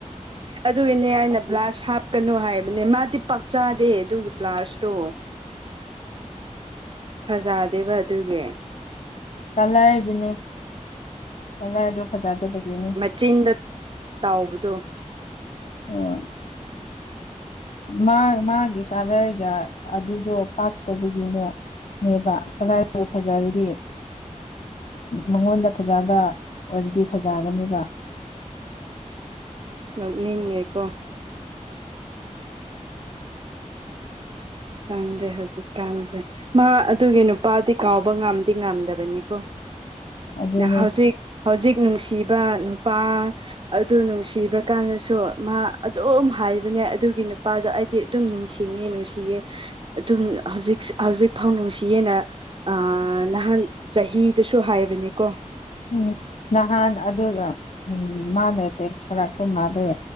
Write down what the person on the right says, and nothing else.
ꯑꯗꯨꯒꯤꯅꯦ ꯑꯩꯅ ꯕ꯭ꯂꯥꯁ ꯍꯥꯞꯀꯅꯨ ꯍꯥꯏꯕꯅꯦ ꯃꯥꯗꯤ ꯄꯥꯛꯆꯥꯗꯦ ꯑꯗꯨꯒꯤ ꯕ꯭ꯂꯥꯁꯇꯣ꯫ ꯐꯖꯗꯦꯕ ꯑꯗꯨꯒꯤ꯫
ꯆꯤꯟꯗ ꯇꯥꯎꯕꯗꯣ꯫
ꯅꯣꯛꯅꯤꯡꯉꯦꯀꯣ꯫ ꯈꯡꯗ꯭ꯔꯦ ꯍꯧꯖꯤꯛ ꯀꯥꯟꯁꯦ ꯃꯥ ꯑꯗꯨꯒꯤ ꯅꯨꯄꯥꯗꯤ ꯀꯥꯎꯕ ꯉꯝꯗꯤ ꯉꯝꯗꯕꯅꯤꯀꯣ꯫
ꯍꯧꯖꯤꯛ ꯍꯧꯖꯤꯛ ꯅꯨꯡꯁꯤꯕ ꯅꯨꯄꯥ ꯑꯗꯨ ꯅꯨꯡꯁꯤꯕ ꯀꯥꯟꯗꯁꯨ ꯃꯥ ꯑꯗꯨꯝ ꯍꯥꯏꯕꯅꯦ ꯑꯗꯨꯒꯤ ꯅꯨꯄꯥꯗꯣ ꯑꯩꯗꯤ ꯑꯗꯨꯝ ꯅꯤꯡꯁꯤꯡꯉꯦ ꯅꯨꯡꯁꯤꯌꯦ ꯑꯗꯨꯝ ꯍꯧꯖꯤꯛ ꯍꯧꯖꯤꯛ ꯐꯥꯎ ꯅꯨꯡꯁꯤꯌꯦꯅ꯫ ꯑꯥ ꯅꯍꯥꯟ ꯆꯍꯤꯗꯨꯁꯨ ꯍꯥꯏꯕꯅꯤꯀꯣ꯫